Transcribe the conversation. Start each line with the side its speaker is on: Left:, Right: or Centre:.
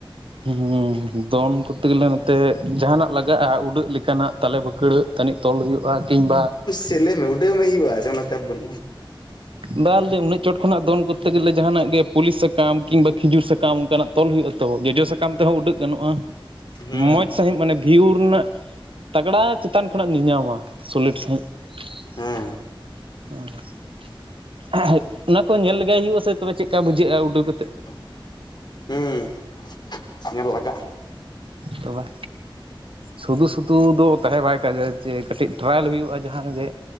Right: ᱦᱮᱸ ᱦᱩᱸᱦᱩᱸ ᱫᱚᱱ ᱠᱚᱛᱛᱮ ᱜᱮᱞᱮ ᱱᱚᱛᱮ ᱡᱟᱦᱟᱸᱱᱟᱜ ᱞᱟᱜᱟᱜ-ᱟ ᱩᱰᱟᱹᱜ ᱞᱮᱠᱟᱱᱟᱜ᱾ ᱛᱟᱦᱞᱮ ᱵᱟᱹᱠᱲᱟᱹᱜ ᱛᱟᱹᱱᱤᱡ ᱛᱚᱞ ᱦᱩᱭᱩᱜ-ᱟ ᱠᱤᱝᱵᱟ
Left: ᱪᱮᱫ ᱞᱟᱹᱭ ᱢᱮ ᱩᱰᱟᱹᱣ ᱢᱮ ᱦᱩᱭᱩᱜ-ᱟ ᱚᱱᱟ ᱪᱟᱯ ᱵᱟᱹᱱᱩᱜ-ᱟ᱾
Right: ᱵᱟᱝ ᱞᱟᱹᱭ ᱮᱫᱟᱹᱧ ᱩᱱᱟᱹᱜ ᱪᱚᱴ ᱠᱷᱚᱱᱟᱜ ᱫᱚᱱ ᱠᱚᱛᱛᱮ ᱜᱮᱞᱮ ᱡᱟᱦᱟᱱᱟᱜ ᱜᱮ ᱯᱩᱞᱤ ᱥᱟᱠᱟᱢ ᱠᱤᱢᱵᱟ ᱠᱷᱤᱡᱩᱨ ᱥᱟᱠᱟᱢ ᱚᱱᱠᱟᱱᱟᱜ ᱛᱚᱞ ᱦᱩᱭᱩᱜ-ᱟ ᱛᱚ ᱡᱚᱡᱚ ᱥᱟᱠᱟᱢ ᱛᱮᱦᱚᱸ ᱩᱰᱟᱹᱜ ᱜᱟᱱᱚᱜ-ᱟ
Left: ᱦᱩᱸ
Right: ᱢᱚᱸᱡᱽ ᱥᱟᱺᱦᱤᱡ ᱢᱟᱱᱮ ᱵᱷᱤᱭᱣᱩᱨ ᱨᱮᱱᱟᱜ ᱛᱟᱜᱽᱲᱟ ᱪᱮᱛᱟᱱ ᱠᱷᱚᱱᱟᱜ ᱮᱢ ᱧᱮᱧᱟᱢᱟ ᱥᱚᱞᱤᱴ ᱥᱟᱺᱦᱤᱡ <inaudible>
Left: ᱦᱮᱸ
Right: ᱦᱮᱸ ᱾ <inaudible> ᱚᱱᱟ ᱠᱚ ᱧᱮᱞ ᱞᱮᱜᱟᱭ ᱦᱩᱭᱩᱜ-ᱟ ᱥᱮ ᱛᱚᱵᱮ ᱪᱮᱫ ᱞᱮᱠᱟ ᱵᱩᱡᱷᱟᱹᱜ-ᱟ ᱩᱰᱟᱹᱣ ᱠᱟᱛᱮᱫ᱾
Left: <inaudible> ᱦᱩᱸ ᱧᱮᱞ ᱞᱟᱜᱟᱜ-ᱟ᱾
Right: ᱛᱚᱵᱮ ᱥᱩᱫᱩ ᱥᱩᱫᱷᱩ ᱫᱚ ᱛᱟᱦᱮᱸ ᱵᱟᱭ ᱠᱟᱡᱟ ᱡᱮ ᱠᱟᱹᱴᱤᱡ ᱴᱨᱟᱭᱮᱞ ᱦᱩᱭᱩᱜ-ᱟ᱾ ᱡᱟᱦᱟᱸ ᱨᱮᱜᱮ